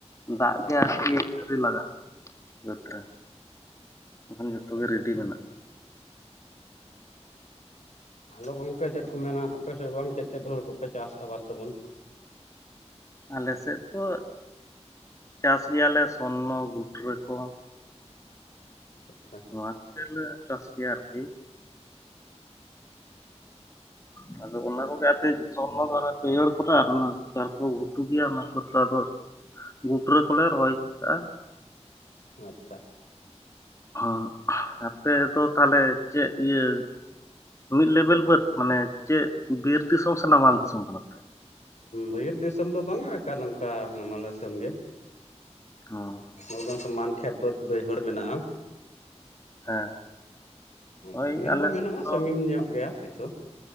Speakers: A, on the left; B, on the left.
A: ᱫᱟᱜ
B: ᱟᱪᱪᱷᱟ
A: ᱜᱮ ᱟᱨᱠᱤ ᱟᱣᱨᱤ ᱞᱟᱜᱟᱜᱼᱟ ᱱᱚᱛᱮ ᱵᱟᱠᱷᱟᱱ
B: ᱟᱪᱪᱷᱟ
A: ᱡᱚᱛᱚ ᱜᱮ ᱨᱮᱰᱤ ᱢᱮᱱᱟᱜᱼᱟ
B: ᱦᱮᱞᱳ ᱜᱟᱝᱠᱮ ᱪᱮᱫ ᱠᱚ ᱢᱮᱱᱟ ᱟᱯᱮ ᱥᱮᱫ ᱵᱟᱝ ᱪᱮᱫ ᱪᱮᱫ ᱦᱩᱲᱩ ᱠᱚᱯᱮ ᱪᱟᱥ ᱟᱵᱟᱫ ᱛᱟᱵᱚᱱ
A: ᱟᱞᱮ ᱥᱮᱫ ᱫᱚ ᱪᱟᱥ ᱜᱮᱭᱟᱞᱮ ᱥᱚᱨᱱᱚ ᱜᱩᱴᱨᱟᱹ ᱠᱚ
B: ᱟᱪᱪᱷᱟ
A: ᱱᱚᱣᱟ ᱠᱚᱜᱮᱞᱮ ᱪᱟᱥ ᱜᱮᱭᱟ ᱟᱨᱠᱤ ᱦᱟᱸ ᱟᱫᱚ ᱚᱱᱟ
B: ᱦᱩᱸ
A: ᱠᱚᱜᱮ ᱟᱨᱠᱤ ᱥᱚᱨᱱᱚ ᱫᱚ ᱯᱟᱹᱭᱦᱟᱹᱲ ᱠᱚᱨᱮ ᱟᱨ ᱚᱱᱟ ᱡᱟᱦᱟ ᱠᱚ ᱜᱷᱩᱴᱩ ᱜᱮᱭᱟ ᱚᱱᱟ ᱠᱚ ᱟᱫᱚ ᱜᱩᱴᱨᱟᱹ ᱠᱚᱞᱮ ᱨᱚᱦᱚᱭ ᱠᱟᱜᱼᱟ
B: ᱟᱪᱪᱷᱟ
A: ᱦᱚᱸ ᱟᱯᱮ ᱫᱚ ᱛᱟᱦᱚᱞᱮ ᱪᱮᱫ ᱤᱭᱟᱹ ᱢᱤᱫ ᱞᱮᱵᱮᱞ ᱵᱟᱹᱫ ᱢᱟᱱᱮ ᱪᱮᱫ ᱵᱤᱨ ᱫᱤᱥᱚᱢ ᱥᱮ ᱱᱟᱢᱟᱞ ᱫᱤᱥᱚᱢ ᱠᱟᱱᱟᱯᱮ
B: ᱵᱤᱨ ᱫᱤᱥᱚᱢ ᱫᱚ ᱵᱟᱝ ᱟ ᱟᱠᱟ ᱱᱚᱝᱠᱟ ᱱᱟᱢᱟᱞ ᱫᱤᱥᱚᱢ ᱜᱮ
A: ᱦᱚᱸ
B: ᱮᱠ ᱫᱚᱢ ᱥᱚᱢᱟᱱ ᱠᱷᱮᱛ ᱵᱟᱹᱫᱽ ᱵᱟᱹᱭᱦᱟᱹᱲ ᱢᱮᱱᱟᱜᱼᱟ
A: ᱦᱮᱸ
B: ᱵᱤᱨ
A: ᱳᱭ
B: ᱦᱚᱸ
A: ᱟᱞᱮ
B: ᱢᱮᱱᱟᱜᱼᱟ
A: ᱥᱮᱫ ᱫᱚ
B: ᱥᱟᱺᱜᱤᱧ ᱧᱚᱜ ᱜᱮᱭᱟ ᱠᱤᱪᱷᱩ